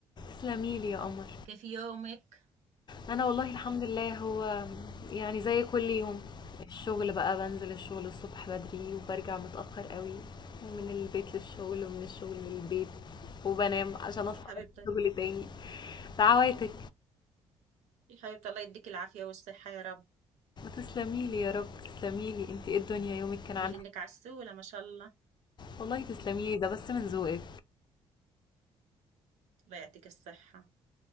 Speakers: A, on the left; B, on the right.
A: تسلمي لي يا قمر،
B: كيف يومك
A: أنا والله الحمد لله هو يعني زي كل يوم، الشغل بقى بانزل الشغل الصبح بدري وبارجع متأخر أوي، ومن البيت للشغل ومن الشغل للبيت، وبانام عشان أصحى
B: يا حبيبتي
A: أروح الشغل تاني، دعواتك،
B: يا حبيبتي الله يديك العافية والصحة يا رب
A: تسلمي لي يا رب، تسلمي لي، أنتِ إيه الدنيا يومك كان عامل
B: لأنك
A: إيه؟
B: عسولة ما شاء الله
A: والله تسلمي لي ده بس من ذوقك،
B: الله يعطيك الصحة